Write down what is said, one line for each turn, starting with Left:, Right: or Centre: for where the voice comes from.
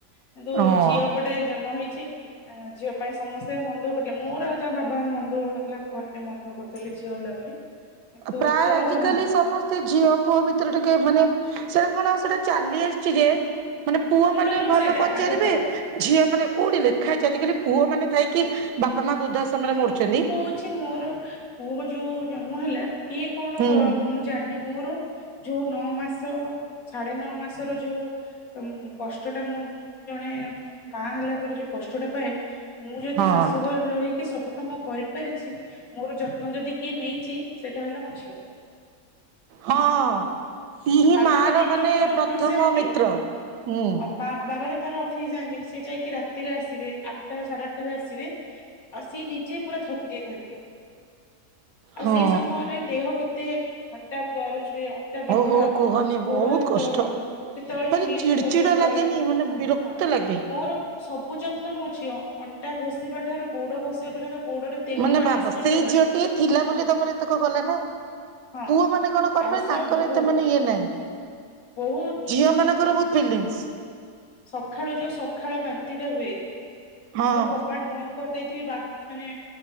Left: କିନ୍ତୁ
Right: ହଁ।
Left: ଝିଅ ଗୋଟେ ଜନ୍ମ ହେଇଚି ଝିଅ ପାଇଁ ସମସ୍ତେ ମନଦୁଃଖ କରୁଥିଲେ, ମୋର ଆଉ ତାଙ୍କ ବାବାଙ୍କର ମନଦୁଃଖ ହଉନଥିଲା, ମୁଁ ଘରେ ଟିକେ ମନଦୁଃଖ କରୁଥିଲେ ଝିଅ ହେଲା ବୋଲି। <unintelligible>
Right: ପ୍ରାୟ
Left: ମୋର
Right: ଆଜିକାଲି
Left: ହଁ
Right: ସମସ୍ତେ ସମସ୍ତେ ଝିଅ ପୁଅ ଭିତରେ ଟିକେ ମାନେ, ସେଇଟା କଣ, ସେଟା ଚାଲି ଆସିଛି ଯେ ମାନେ ପୁଅ
Left: ମୂଳରୁ
Right: ମାନେ ଭଲ
Left: ସେଇଟା
Right: ପଚାରିବେ,
Left: ଆଗ କାଳରୁ
Right: ଝିଅ ମାନେ, କୋଉଠି ଲେଖା ହେଇଚି, ଆଜିକାଲି ପୁଅ ମାନେ ଥାଇକି ବାପା ମା ବୃଦ୍ଧାଶ୍ରମ ରେ ମରୁୁଚନ୍ତି।
Left: ହଉଛି ମୋର ପୁଅ ଯୋଉ ଜନ୍ମ ହେଲା, କିଏ କଣ
Right: ହୁଁ
Left: ମୁଁ ଜାଣିନି ମୋର ଯୋଉ ନଅ ମାସ, ସାଢେ ନଅ ମାସର ଯୋଉ କଷ୍ଟ ଟା ମୁଁ, ଜଣେ ମା ହେଲା ପରେ ଯୋଉ କଷ୍ଟଟା ପାଏ ମୁଁ ଯଦି
Right: ହଁ।
Left: ଶାଶୁଘରେ ରହିକି ସବୁ କରିପାରିଚି, ମୋର ଯତ୍ନ ଯଦି କିଏ ନେଇଚି, ସେଇଟା ହେଲା ମୋ ଝିଅ।
Right: ହଁ, ସିଏ ହି
Left: ବାବା
Right: ମା
Left: ତ
Right: ର
Left: ଦିନ
Right: ମାନେ
Left: ଭୋର ଅଫିସ
Right: ପ୍ରଥମ
Left: ଯାଆନ୍ତି।
Right: ମିତ୍ର। ହୁଁ।
Left: ଆଉ ମା ବାବାର ତାର ଅଫିସ ଯାଆନ୍ତି, ସେ ଯାଇକି ରାତିରେ ଆସିବେ, ଆଠଟା ସାଢେ ଆଠଟାରେ ଆସିବେ ଆ ସିଏ ନିଜେ ପୁରା ଥକି ଥକି ଯାଇଥାନ୍ତି, ଆଉ
Right: ହଁ
Left: ସେଇ ସମୟରେ ଦେହ କେତେ ଅଣ୍ଟା ଦରଜ ହୁଏ, ଅଣ୍ଟା
Right: ହଉ
Left: ବିନ୍ଧା
Right: ହଉ
Left: ହବ,
Right: କୁହନି
Left: ଗୋଡ
Right: ବହୁତ
Left: ହାତ
Right: କଷ୍ଟ।
Left: କେତେବେଳେ
Right: ଭାରି
Left: ଫୁଲିଯିବ,
Right: ଚିଡ ଚିଡା
Left: କେତେବେଳେ,
Right: ଲାଗେନି ମାନେ ବିରକ୍ତ
Left: ହଁ
Right: ଲାଗେ।
Left: ମୋର ସବୁ ଯତ୍ନ ମୋ ଝିଅ, ଅଣ୍ଟା ଘଷିବା ଠାରୁ ଗୋଡ ଘଷିବା ପର୍ଯ୍ୟନ୍ତ, ଗୋଡରେ ତେଲ
Right: ମାନେ
Left: ମାଲିସ
Right: ଭାବ,
Left: କରିଦବା
Right: ସେଇ ଝିଅଟିଏ ଥିଲା ବୋଲି ତମର ଏତକ କଲା ନା ଆଉ?
Left: ହଁ
Right: ପୁଅ ମାନେ କଣ କରିପାରେ,
Left: ଆଉ ସବୁ
Right: ତାଙ୍କର ଏତେ ମାନେ ଇଏ ନାହିଁ।
Left: ବହୁତ
Right: ଝିଅ ମାନଙ୍କର ବହୁତ ଫିଲିଙ୍ଗସ୍।
Left: ସକାଳୁ ଯୋଉ ସକାଳୁ ବାନ୍ତି ଟା ହୁଏ,
Right: ହଁ
Left: ମୁଁ କବାଟ ବନ୍ଦ କରି ଦେଇଥିବି, ମାନେ